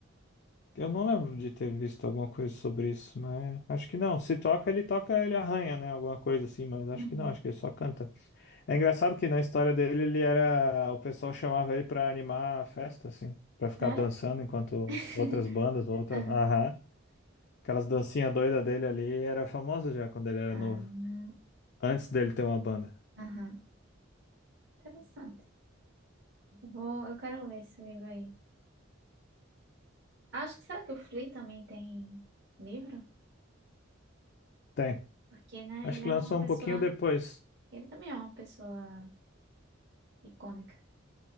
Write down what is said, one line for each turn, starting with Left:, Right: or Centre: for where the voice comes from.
Left: Eu não lembro de ter visto alguma coisa sobre isso, mas acho que não. Se toca, ele toca, ele arranha, né? Alguma coisa assim, mas acho
Right: Uhum.
Left: que não, acho que ele só canta. É engraçado que na história dele, ele era. O pessoal chamava ele pra animar a festa, assim, pra ficar
Right: Era?
Left: dançando enquanto
Right: <laughs>
Left: outras bandas, outras.
Right: Aham.
Left: Aham. Aquelas dancinhas doidas dele ali era famosa já quando ele era
Right: Ah,
Left: novo.
Right: não.
Left: Antes dele ter uma banda.
Right: Aham. Interessante. Eu vou, eu quero ler esse livro aí. Acho que será que o Flea também tem livro?
Left: Tem.
Right: Porque, né,
Left: Acho
Right: ele
Left: que
Right: é
Left: lançou
Right: uma pessoa,
Left: um pouquinho depois.
Right: ele também é uma pessoa icônica.